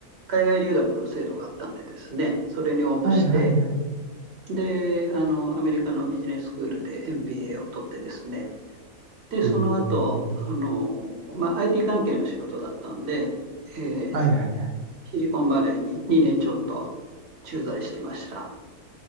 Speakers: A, on the right; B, on the right.
A: 海外留学の制度があったんでですね、それに応募して、
B: はいはいはい。
A: で、あの、アメリカのビジネススクールで MBA を取ってですね、で、その後、
B: えー
A: あの、まあ、IT 関係の仕事だったんで、えー
B: はいはいはい。
A: シリコンバレーに2年ちょっと駐在してました。